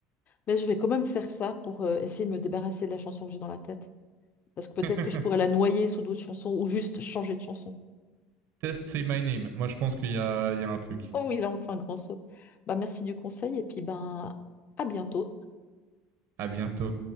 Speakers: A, on the left; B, on the right.
A: Mais je vais quand même faire ça pour euh, essayer de me débarrasser de la chanson que j'ai dans la tête. Parce que
B: <laughs>
A: peut-être que je pourrais la noyer sous d'autres chansons ou juste changer de chanson.
B: Test, c'est my name. Moi, je pense qu'il y a, il y a un truc.
A: Oh oui, là, on fait un grand saut. Bah, merci du conseil et puis ben, à bientôt.
B: À bientôt.